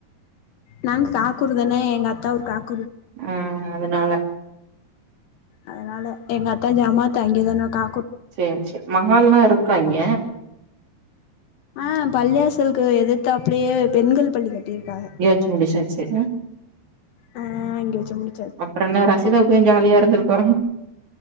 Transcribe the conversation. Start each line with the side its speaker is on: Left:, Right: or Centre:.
Left: நாங்க் காக்கூர்தான எங்க அத்த ஊர் காக்
Right: ஆ அதனால
Left: அதனால எங்க அத்த ஜமா அத்த அங்கேதான இக்கா
Right: செர் செ மஹால்லாம் இருக்கா இங்க
Left: ஆ பள்ளியாசலுக்கு எதித்தாப்லே பெண்கள் பள்ளி கட்டியிருக்காக
Right: படிச்சு முடிச்சாச்சு அ
Left: ஆ அங்கே வச்சு முடி
Right: அப்பற என்ன ரசிதாவுக்கு ஜாலியா இருந்துருக்கூ